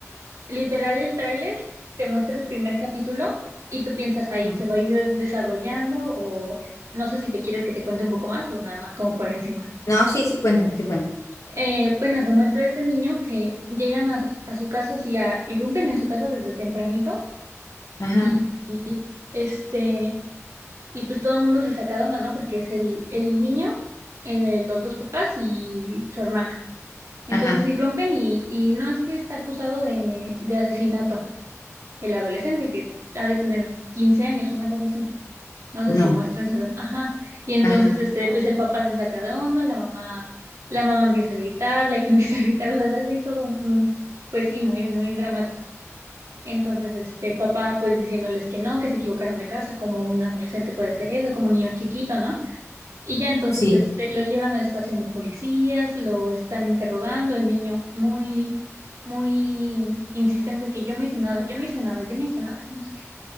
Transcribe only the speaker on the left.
Mm.
No, sí, sí, cuéntame, sí, cuéntame.
Ajá,
ajá,
no,
ajá,
sí,